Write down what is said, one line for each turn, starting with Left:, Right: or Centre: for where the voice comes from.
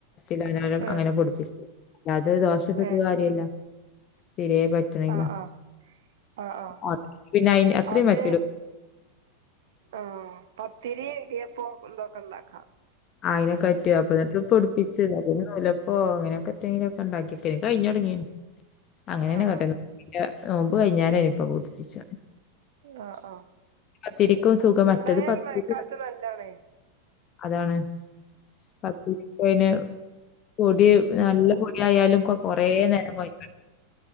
Left: <unintelligible>
Right: ഏഹ്
Left: അങ്ങനെ പൊടിപ്പിച്ചു അല്ലത് ദോശത്തെത്ത
Right: ഏഹ്
Left: കാര്യല്ല തീരേ പറ്റണില്ല
Right: ആഹ് ആഹ് ആഹ് ആഹ്
Left: ഓ, പിന്നെ അയിന് അത്രയും
Right: അത്
Left: പറ്റൂല
Right: ആഹ് പത്തിരി ഇടിയപ്പം ഇതൊക്കെണ്ടാക്കാം
Left: ആഹ് അയിനെ കറ്റു അപ്പ എന്നിട്ട് പൊടിപ്പിച്ചല്ല ഓ അങ്ങനൊക്കെ എന്തൊങ്കിലും ഒക്കെ ഉണ്ടാക്കി കഴിഞ്ഞ് തുടങ്ങിയ അങ്ങനെയ
Right: ആഹ്
Left: തന്നെ കട്ട
Right: ആഹ്
Left: നോമ്പ് കഴിഞ്ഞരനിയിപ്പൊ പൊടിപ്പിച്ച
Right: ആഹ് ആഹ്
Left: പത്തിരിക്കും സുഖമറ്റത്
Right: ഉണ്ടായ
Left: പത്തി
Right: ഈ മഴക്കാലത്ത് നല്ലാണ്
Left: <unintelligible> നല്ല പൊടിയായാലും കൊറേ നേരം കോയക്ക